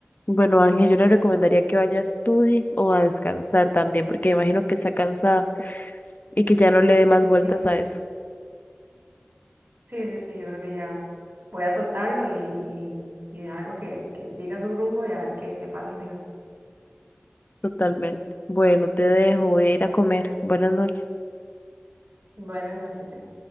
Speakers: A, on the left; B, on the right.
A: Bueno, Ángel, yo le recomendaría que vaya a estudiar o a descansar también, porque imagino que está cansada y que ya no le dé más vueltas
B: Sí,
A: a eso.
B: sí, sí, sí, yo creo que ya voy a soltarlo y, y, y dejarlo que, que siga su rumbo y a ver qué, qué pasa al final.
A: Totalmente. Bueno, te dejo, voy a ir a comer. Buenas noches.
B: Buenas noches, Emi.